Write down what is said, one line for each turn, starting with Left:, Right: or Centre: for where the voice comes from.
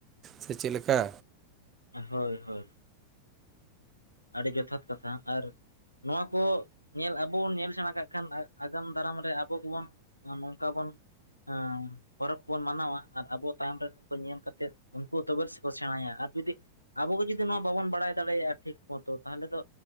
Right: ᱥᱮ ᱪᱮᱫ ᱞᱮᱠᱟ
Left: ᱦᱚᱭ ᱦᱚᱭ ᱟᱹᱰᱤ ᱡᱚᱛᱷᱟᱛ ᱠᱟᱛᱷᱟ ᱾ ᱟᱨᱼᱼ ᱱᱚᱣᱟ ᱠᱚ, ᱧᱮᱞ ᱟᱵᱚ ᱵᱚᱱ ᱧᱮᱞ ᱥᱮᱬᱟ ᱠᱟᱜ ᱠᱷᱟᱱ ᱟᱜᱟᱢ ᱫᱟᱨᱟᱢ ᱨᱮ ᱟᱵᱚ ᱠᱚᱵᱚᱱ ᱱᱚᱝᱠᱟ ᱵᱚᱱ ᱟᱸ ᱯᱚᱨᱚᱵᱽ ᱠᱚᱵᱚᱱ ᱢᱟᱱᱟᱣᱟ ᱟᱨ ᱟᱵᱚ ᱛᱟᱭᱚᱢ ᱨᱮ ᱩᱱᱠᱩ ᱧᱮᱞ ᱠᱟᱛᱮᱫ ᱩᱱᱠᱩ ᱛᱚᱵᱮ ᱥᱮᱠᱚ ᱥᱮᱬᱟᱭᱟ ᱾ ᱟᱨ ᱡᱩᱫᱤᱼᱼ ᱟᱵᱚ ᱜᱮ ᱡᱩᱫᱤ ᱱᱚᱣᱟ ᱵᱟᱵᱚᱱ ᱵᱟᱲᱟᱭ ᱫᱟᱲᱮᱭᱟᱜᱼᱟ ᱴᱷᱤᱠ ᱠᱚᱛᱚ ᱛᱟᱦᱚᱞᱮ ᱫᱚ